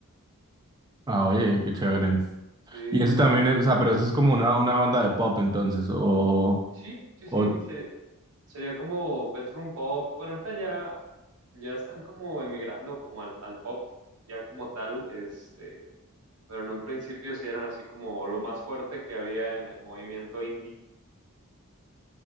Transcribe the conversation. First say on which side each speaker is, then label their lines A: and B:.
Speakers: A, on the right (about 20°); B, on the right (about 85°).
A: Ah, oye, qué chévere.
B: Sí,
A: Y eso
B: sí,
A: también
B: sí.
A: es, o sea, pero eso es como una, una banda de pop, entonces, o...
B: Sí, sí,
A: o,
B: sí, sería, sería como bedroom pop. Bueno, ahorita ya, ya están como emigrando como al, al pop, ya como tal, este, pero en un principio sí eran así como lo más fuerte que había en el movimiento indie.